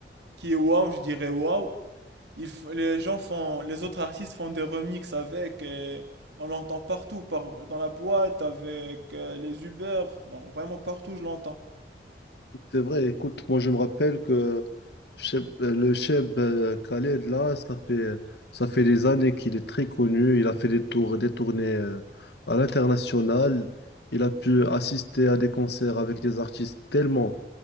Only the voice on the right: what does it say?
qui est waouh, je dirais waouh. Il, f- les gens font, les autres artistes font des remixes avec et on l'entend partout, par, dans la boîte, avec euh, les Uber, non, vraiment partout je l'entends.